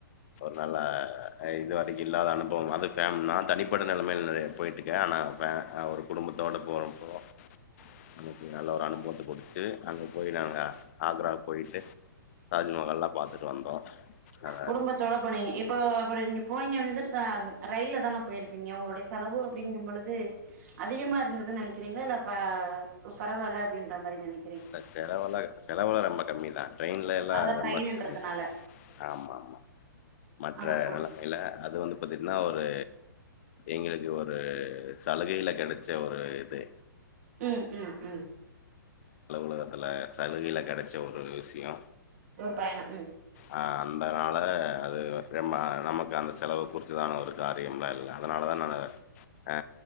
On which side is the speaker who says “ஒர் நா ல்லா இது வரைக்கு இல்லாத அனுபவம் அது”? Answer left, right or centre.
Left